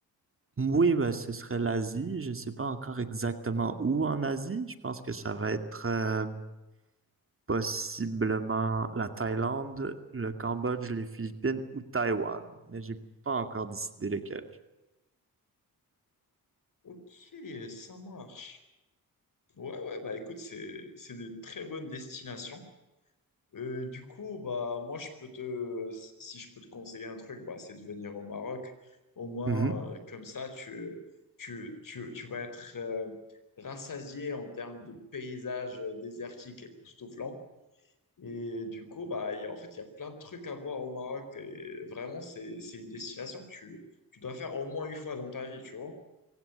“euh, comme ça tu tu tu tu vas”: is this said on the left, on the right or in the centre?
Left